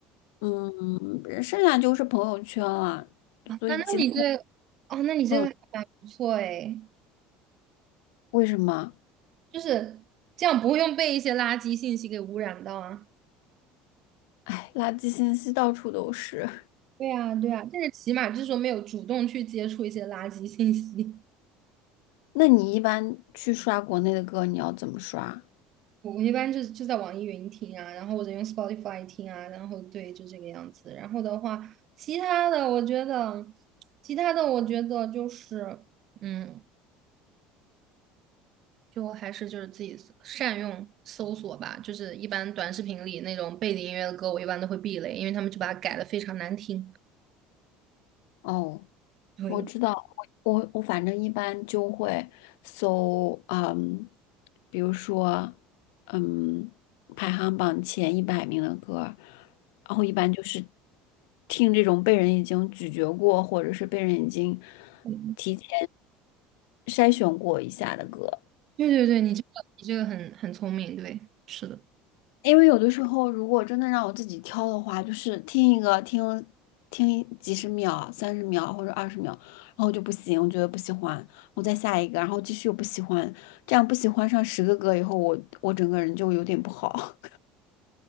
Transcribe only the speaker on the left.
嗯，剩下就是朋友圈了，
所以其他，
嗯，为什么？
哎，垃圾信息到处都是。
那你一般去刷国内的歌，你要怎么刷？
哦，
我知道，我我反正一般就会搜，嗯，比如说，嗯，排行榜前一百名的歌，然后一般就是听这种被人已经咀嚼过，或者是被人已经
提前筛选过一下的歌。
因为有的时候，如果真的让我自己挑的话，就是听一个听听几十秒、三十秒或者二十秒，然后就不行，我觉得不喜欢，我再下一个，然后继续又不喜欢，这样不喜欢上十个歌以后，我我整个人就有点不好，